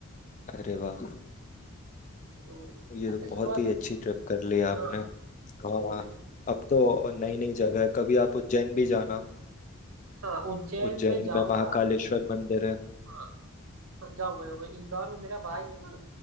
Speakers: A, on the left (about 35°); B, on the right (about 70°).
A: अरे वाह
B: तो
A: ये
B: ऐसे
A: तो
B: शुरुआत
A: बहुत ही
B: होती
A: अच्छी
B: है ना
A: ट्रिप कर ली आपने
B: हाँ हाँ
A: हाँ
B: वही वही
A: अब तो नई नई जगह है कभी आप उज्जैन भी जाना
B: हाँ उज्जैन
A: उज्जैन
B: में जाऊंगा
A: में महाकालेश्वर मंदिर है
B: हाँ जाऊंगा जाऊंगा इंदौर में मेरा भाई है ना